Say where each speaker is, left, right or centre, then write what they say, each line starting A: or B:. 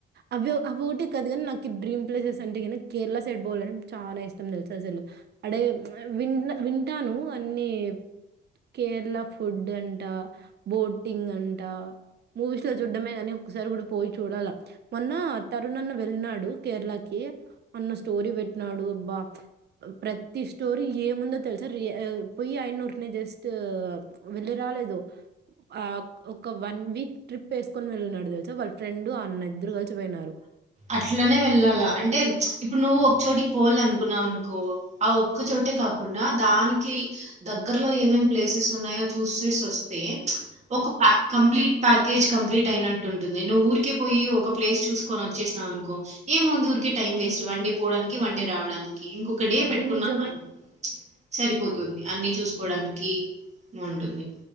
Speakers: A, on the right (about 55°); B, on the right (about 35°).
A: అవి అవి ఒకటి కదు కానీ నాకు డ్రీమ్ ప్లేసెస్ అంటే గన కేరళ సైడ్ పోవాలంట చాలా ఇష్టం తెలుసా అసలు అడే వి వింటాను అన్ని కేరళ ఫుడ్ అంట బోట్ బోటింగ్ అంటా మూవీస్ లో చుడ్డమే గానీ ఒకసారి కూడా పోయి చూడాల మొన్న తరుణన్న వెళ్ళినాడు కేరళకి అన్న స్టోరీ పెట్టినాడు అబ్బా ప్రతి స్టోరీ ఏముందో తెలుసా రి పోయి ఆయన ఊరినే జస్ట్ వెళ్ళి రాలేదు ఆ ఒక వన్ వీక్ ట్రిప్ వేసుకొని వెళ్ళినడు తెలుసా వాళ్ళ ఫ్రెండ్ఆ అన్న ఇద్దరు కలిసిపోయినారు
B: అట్లనే వెళ్ళాలా అంటే ఇప్పుడు నువ్వు ఒకచోటికి పోవాల అనుకున్నావు అనుకో ఆ ఒక్కచోటే కాకుండా దానికి దగ్గరలో ఏమేం ప్లేసెస్ ఉన్నాయో చూసేసి వస్తే ఒక ప కంప్లీట్ ప్యాకేజ్ కంప్లీట్ అయినట్టుంటుంది నువ్వు ఊరికే పోయి ఒక ప్లేస్ చూసుకోని వ వచ్చేసినావనుకో ఏముంది ఊరికే టైం వేస్ట్ వన్డే పోవడానికి వన్డే రావడానికి ఇంకొక డే
A: అది
B: పెట్టుకున్నాం
A: నిజమే.
B: అన్న ప్చ్ సరిపోద్ ఉంది అన్ని చూసుకోడానికి బాగుంటుంది